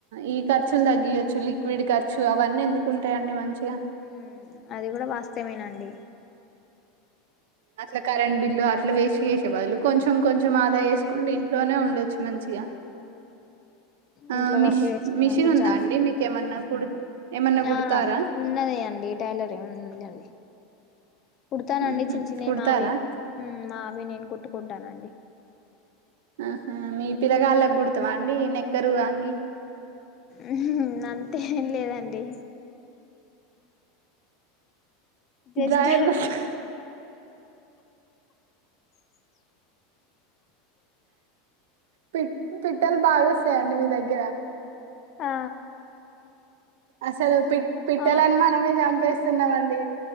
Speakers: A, on the right; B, on the left.
A: ఈ ఖర్చులు తగ్గయొచ్చు లిక్విడ్ ఖర్చు అవన్నీ ఎందుకుంటాయిండి మంచి
B: ఉమ్ అది కూడా వాస్తవమేనాండి
A: అట్లా కరెంట్ బిల్లు అట్లా వేస్ట్ చేసే బదులు కొంచెం కొంచెం ఆదా చేసుకుంటే ఇంట్లోనే ఉండొచ్చు మంచిగా ఆ
B: ఇంట్లో
A: మిష్
B: వరకు వేసుకుని
A: మిషన్
B: ఉంటాం
A: ఉందా
B: చాలా
A: అండి మీకేమన్నా కుడు ఏమన్నా కుడతారా
B: ఆ ఉన్నది అండి టైలరీ ఉంది అది కుడతానండి
A: ఉహు
B: చిన్న చిన్నవి
A: కుడతారా
B: మావి మావి నేను కుట్టుకుంటానండి
A: ఆహ మీ పిల్లగాళ్లకూ కుడుతవాండి నిక్కరు అంగి
B: ఉహూ అంతేం లేదండి జస్ట్
A: డ్రాయర్ కుట్టు పి పిట్టలు బాగొస్తాయండి మీ దగ్గర
B: ఆ
A: అసలు పిట్ పిట్టాలని
B: అవు
A: మనమే చంపే స్తున్నామండి